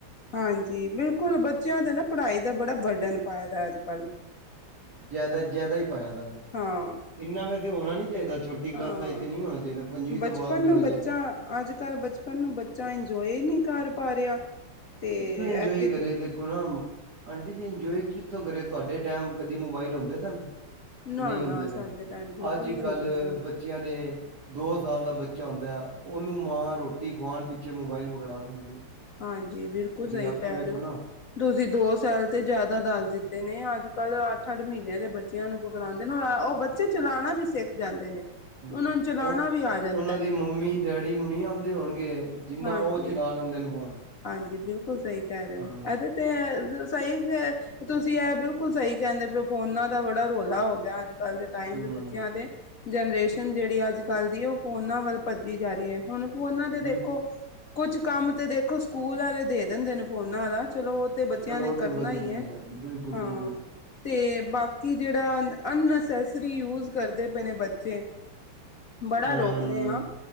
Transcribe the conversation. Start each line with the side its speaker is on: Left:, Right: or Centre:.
Left: ਹਾਂਜੀ ਬਿਲਕੁਲ ਬੱਚਿਆਂ ਦੇ ਨਾ ਪੜ੍ਹਾਈ ਦਾ ਬੜਾ ਬਰਡਨ ਪਾਇ ਦਾ ਅੱਜ ਕੱਲ੍ਹ
Right: ਜਿਆਦਾ ਜਿਆਦਾ ਹੀ ਪਾਇਆ ਤਾ
Left: ਹਾਂ
Right: ਇੰਨਾ ਵੈਸੇ ਹੋਣਾ ਨੀ ਚਾਹੀਦਾ ਛੋਟਾ ਕਲਾਸਾਂ
Left: ਹਾਂ
Right: ਇੱਥੇ ਨਹੀਂ ਹੋਣਾ ਚਾਹੀਦਾ ਪੰਜਵੀਂ
Left: ਬਚਪਨ
Right: ਤੋਂ ਬਾਅਦ ਕਰਨਾ
Left: ਨੂੰ ਬੱਚਾ
Right: ਚਾਹੀਦਾ।
Left: ਅੱਜ ਕੱਲ੍ਹ ਬਚਪਨ ਨੂੰ ਬੱਚਾ ਇੰਜੋਏ ਨਹੀਂ ਕਰ ਪਾ ਰਿਹਾ। ਤੇ
Right: ਕਿੋਂ ਇੰਜੋਏ
Left: ਇਹ ਕਿ
Right: ਕਰੇ ਦੇਖੋ ਨਾ ਆਂਟੀ ਜੀ ਇੰਜੋਏ ਕਿੱਥੋਂ ਕਰੇ ਤੁਹਾਡੇ ਟਾਈਮ ਕਦੀ ਮੋਬਾਈਲ ਹੁੰਦੇ ਸਨ।
Left: ਨਾ
Right: ਨਹੀਂ
Left: ਨਾ
Right: ਹੁੰਂਦੇ
Left: ਸਾਡੇ
Right: ਦਿਨ
Left: ਟਾਈਮ ਬਿਲਕੁਲ
Right: ਅੱਜ
Left: ਨੀ
Right: ਕੱਲ੍ਹ
Left: ਹੁੰਦਾ ਸਨ
Right: ਬੱਚਿਆਂ ਦੇ ਦੋ ਸਾਲ ਦਾ ਬੱਚਾਹੁੰਂਦਾ ਹੈ ਉਹਨੂੰ ਮਾਂ ਰੋਟੀ ਖਵਾਉਣ ਪਿਛੇ ਮੋਬਾਇਲ ਪਕੜਾ ਦਿੰਦੀ ਹੈ।
Left: ਹਾਂਜੀ ਬਿਲਕੁਲ
Right: ਤੁਸੀਂ
Left: ਸਹੀ
Right: ਆਪੇ
Left: ਕਹਿ
Right: ਵੇਖੋ
Left: ਰਹੇ ਹੋ।
Right: ਨਾ
Left: ਤੁਸੀਂ ਦੋ ਸੈਾਲ ਤੇ ਜ਼ਿਆਦਾ ਦੱਸ ਦਿੱਤੇ ਨੇ ਅੱਜ ਕੱਲ੍ਹ ਅੱਠ ਅੱਠ ਮਹੀਨਿਆਂ ਦੇ ਬੱਚਿਆਂ ਨੂੰ ਪਕੜਾਂਦੇ ਨੇ ਉਹ ਬ ਬੱਚੇ ਚਲਾਉਣਾ ਵੀ ਸਿੱਖ ਜਾਂਦੇ ਨੇ
Right: ਹੂੰ,
Left: ਉਹਨਾਂ ਨੂੰ ਚਲਾਉਣਾ
Right: ਉਹ
Left: ਵੀ ਆ ਜਾਂਦਾ
Right: ਉਹਨਾਂ ਦੀ ਮੰਮੀ ਡੈਡੀ ਨੂੰ ਨਹੀਂ ਆਉਂਦੇ ਹੋਣਗੇ ਜਿੰਨਾ
Left: ਹਾਂਜੀ
Right: ਉਹ ਚਲਾ ਲੈਂਦੇ ਨੇ ਫੋਨ
Left: ਹਾਂਜੀ ਬਿਲਕੁਲ ਸਹੀ ਕਹਿ ਰਹੇ ਹੋ
Right: ਹਮ
Left: ਇਹਦੇ ਤੇ ਸਹੀ ਹੈ ਤੁਸੀਂ ਇਹ ਬਿਲਕੁਲ ਸਹੀ ਕਹਿੰਦੇ ਪ ਫੋਨਾ ਦਾ ਬੜਾ ਰੌਲਾ ਹੋ ਗਿਆ ਅੱਜ ਕੱਲ੍ਹ ਟਾਈਮ
Right: ਹਮ
Left: ਦੇ ਬੱਚਿਆਂ ਅਤੇ ਜਨਰੇਸ਼ਨ ਜਿਹੜੀ ਅੱਜ ਕੱਲ੍ਹ ਦੀ ਉਹ ਫੋਨਾਂ ਵੱਲ ਭੱਜੀ ਜਾ ਰਹੀ ਹੈ ਹੁਣ ਉਹਨਾਂ ਤੇ ਦੇਖੋ
Right: ਬਿਲਕੁਲ
Left: ਕੁਛ ਕੰਮ ਤੇ ਦੇਖੋ ਸਕੂਲ ਵਾਲੇ ਦੇ ਦਿੰਦੇ ਨੇ ਫੋਨਾਂ ਵਾਲਾ ਚਲੋ ਤੇ ਬੱਚਿਆਂ
Right: ਚਲੋ
Left: ਨੇ
Right: ਉਹ ਤੇ
Left: ਕਰਨਾ
Right: ਵਧੀਆ
Left: ਹੀ
Right: ਵਧੀਆ
Left: ਹੈ
Right: ਬਿਲਕੁਲ
Left: ਹਾਂ
Right: ਬਿਲਕੁਲ
Left: ਤੇ ਬਾਕੀ ਜਿਹੜਾ ਅਨਨਸੈਸਰੀ ਯੂਜ ਕਰਦੇ ਪਏ ਨੇ ਬੱਚੇ ਬੜਾ
Right: ਹਮ
Left: ਰੋਕਦੇ ਆ